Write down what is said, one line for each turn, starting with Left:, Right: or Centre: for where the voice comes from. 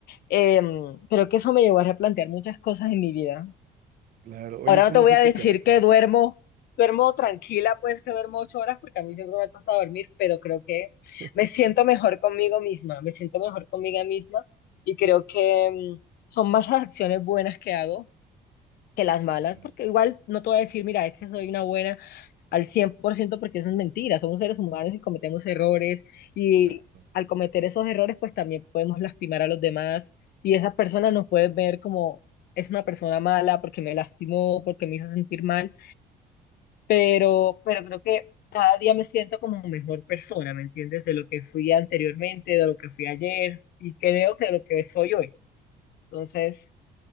Left: em, creo que eso me llevó a replantear muchas cosas en mi vida.
Right: claro. Oye,
Left: Ahora
Right: ¿cómo
Left: no te voy
Right: fue
Left: a
Right: tu
Left: decir
Right: camino?
Left: que duermo, duermo tranquila, pues que duermo ocho horas, porque a mí siempre me ha costado dormir, pero creo que
Right: <laughs>
Left: me siento mejor conmigo misma, me siento mejor conmigo misma y creo que em, son más las acciones buenas que hago que las malas,
Right: Claro,
Left: porque igual no te voy a decir, mira, es que soy una buena al cien por ciento porque eso es mentira, somos seres humanos y cometemos errores y
Right: claro.
Left: al cometer esos errores pues también podemos lastimar a los demás y esas personas nos pueden ver como es una persona mala porque me lastimó, porque me hizo sentir mal, pero, pero creo que cada día me siento como mejor persona, ¿me entiendes? De lo que fui anteriormente, de lo que fui ayer y creo que de lo que soy hoy. Entonces,